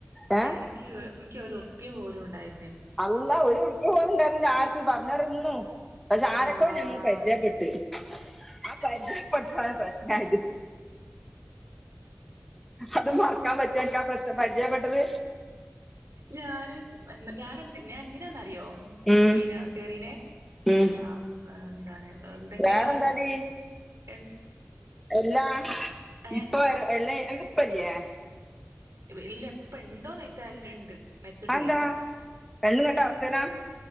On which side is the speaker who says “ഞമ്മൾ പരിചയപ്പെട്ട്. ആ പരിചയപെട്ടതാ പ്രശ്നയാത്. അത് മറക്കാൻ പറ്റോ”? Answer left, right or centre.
Centre